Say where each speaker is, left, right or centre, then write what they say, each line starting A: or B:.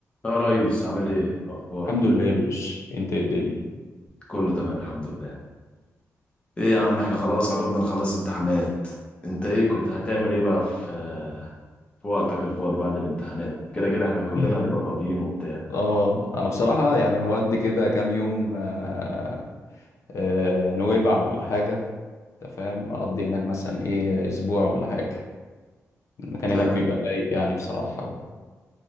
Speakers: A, on the left; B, on the left.
A: يا ريس عامل ايه اخبارك
B: الحمد لله يا باشا انت ايه الدنيا
A: كله تمام الحمد لله ايه يا عم احنا خلاص قربنا نخلص امتحانات انت ايه كنت هتعمل ايه بقى في في وقتك الفاضي بعد الامتحانات كده كده احنا
B: <laughs>
A: كلنا
B: إيه.
A: هنبقى فاضيين وبتاع
B: اه انا بصراحة يعني هودي كده كام يوم آه آه نويبع ولا حاجة انت فاهم اقضي هناك مثلا ايه اسبوع ولا حاجة المكان
A: انت-
B: هناك بيبقى رايق يعني بصراحة و...